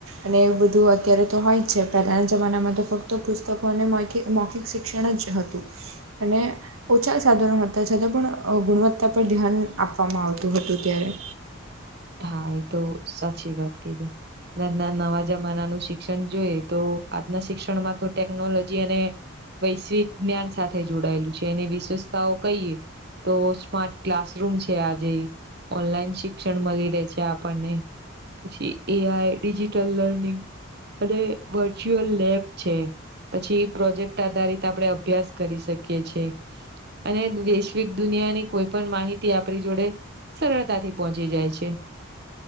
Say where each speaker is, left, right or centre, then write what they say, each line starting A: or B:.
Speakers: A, on the right; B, on the right.
A: અને એ બધું અત્યારે તો હોય જ છે. પહેલાના જમાનામાં તો ફક્ત પુસ્તકોને મૈખિક, મૌખિક શિક્ષણ જ હતું અને ઓછા સાધનો હતા છતાં પણ, ગુણવત્તા પર ધ્યાન આપવામાં આવતું હતું, ત્યારે
B: હા, એ તો સાચી વાત કીધી. ના નનવા જમાનાનું શી ક્ષણ જોઈએ તો, આજના શિક્ષણમાં તો ટેકનોલોજી અને વૈશ્વિક જ્ઞાન સાથે જોડાયેલું છે. એની વિસેષતાઓ કહીએ તો સ્માર્ટ ક્લાસરૂમ છે આજે, ઓનલાઈન શિક્ષણ મલી છે આપણને, પછી એઆઈ, ડિજિટલ લર્નિંગ, અને વર્ચ્યુઅલ લેબ છે, પછી પ્રોજેક્ટ આધારિત આપણે અભ્યાસ કરી સકીએ છે. અને વૈશ્વિક દુનિયાની કોઈ પણ માહિતી આપણી જોડે સરળતાથી પહોંચી જાય છે.